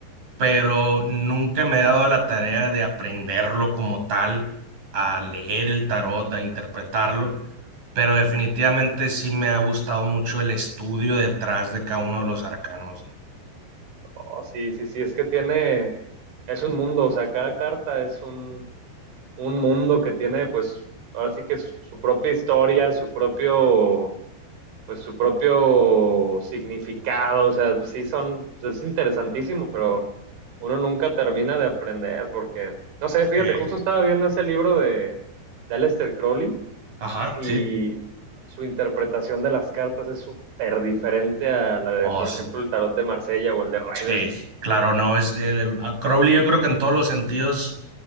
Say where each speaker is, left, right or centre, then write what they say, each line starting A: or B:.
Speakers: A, on the right; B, on the right.
A: pero nunca me he dado la tarea de aprenderlo como tal, a leer el tarot, a interpretarlo, pero definitivamente sí me ha gustado mucho el estudio detrás de cada uno de los arcanos, ¿no?
B: Oh, sí, sí, sí. Es que tiene, es un mundo. O sea, cada carta es un, un mundo que tiene, pues, ahora sí que su, su propia historia, su propio pues su propio significado, o sea, sí son, pues, es interesantísimo, pero uno nunca termina de aprender porque, no sé, fíjate,
A: Eh,
B: justo estaba viendo ese libro de, de Aleister Crowley
A: ajá,
B: y
A: sí.
B: su interpretación de las cartas es súper diferente a la de,
A: No,
B: por ejemplo, el tarot de Marsella o el de Rider
A: Sí, claro, no, es eh, a Crowley yo creo que en todos los sentidos